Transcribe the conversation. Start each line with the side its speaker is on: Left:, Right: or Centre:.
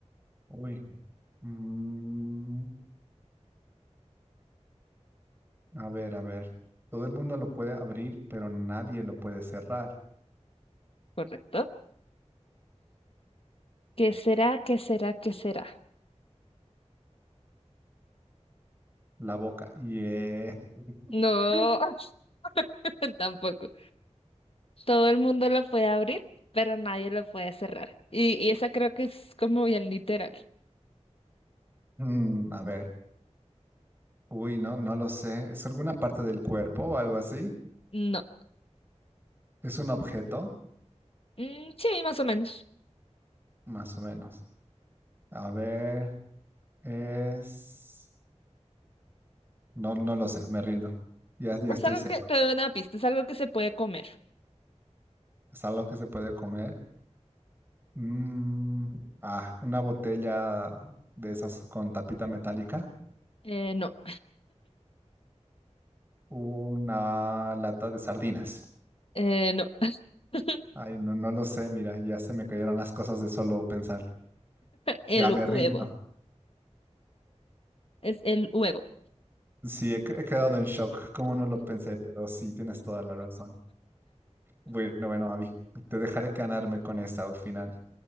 Right: Uy. Mm, a ver, a ver. Todo el mundo lo puede abrir, pero nadie lo puede cerrar.
Left: ¿Correcto? ¿Qué será? ¿Qué será? ¿Qué será?
Right: La boca. Yeah.
Left: No,
Right: <laughs>
Left: <laughs> tampoco. Todo el mundo lo puede abrir, pero nadie lo puede cerrar. Y, y esa creo que es como bien literal.
Right: Mm, a ver. Uy, no, no lo sé. ¿Es alguna parte del cuerpo o algo así?
Left: No.
Right: ¿Es un objeto?
Left: Mm, sí, más o menos.
Right: Más o menos. A ver, es... No, no lo sé, me rindo. Ya, ya
Left: Es
Right: estoy
Left: algo
Right: seco.
Left: que te doy una pista, es algo que se puede comer.
Right: ¿Es algo que se puede comer? Mm, ah, una botella de esas con tapita metálica.
Left: Eh, no,
Right: Una lata de sardinas.
Left: eh, no. <laughs>
Right: Ay, no, no lo sé, mira, ya se me cayeron las cosas de solo pensarlo.
Left: El
Right: Ya me
Left: huevo.
Right: rindo.
Left: Es el huevo.
Right: Sí, he, he quedado en shock. ¿Cómo no lo pensé? Pero sí, tienes toda la razón. Bueno, bueno, Abby, te dejaré ganarme con esta al final.